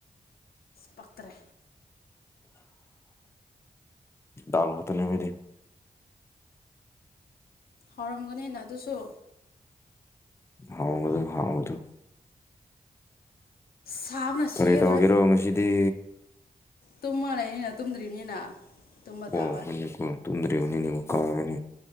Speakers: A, on the left; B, on the left.
A: ꯄꯀ꯭ꯔꯦ
B: ꯗꯔꯃꯠꯇ ꯅꯃꯤꯗꯤ
A: ꯍꯥꯎꯔꯝꯒꯅꯦꯅ ꯑꯗꯨꯁꯨ
B: ꯍꯥꯎꯗꯨ ꯍꯥꯎ ꯑꯗꯨ
A: ꯁꯥꯕꯅ
B: ꯀꯔꯤ
A: ꯁꯤꯒꯦ
B: ꯇꯧꯒꯦꯔꯣ ꯉꯁꯤꯗꯤ
A: ꯇꯨꯝ ꯃꯥꯜꯂꯦꯅꯤꯅ ꯇꯨꯝꯗ꯭ꯔꯤꯕꯅꯤꯅ ꯇꯨꯝꯕ
B: ꯑꯣꯅꯤ
A: ꯇꯥꯕ
B: ꯇꯣꯗ꯭ꯔꯤꯅꯤꯅꯤ ꯀꯥꯒꯅꯤꯅꯦ